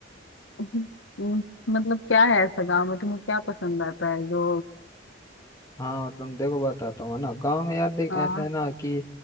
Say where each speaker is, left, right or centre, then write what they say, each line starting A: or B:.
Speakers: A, on the left; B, on the left.
A: <laughs> हम्म, मतलब क्या है ऐसा गांव में तुम्हें क्या पसंद आता है जो
B: हाँ मतलब देखो बताता हूँ है ना गांव में यार देख
A: हाँ
B: ऐसा है ना कि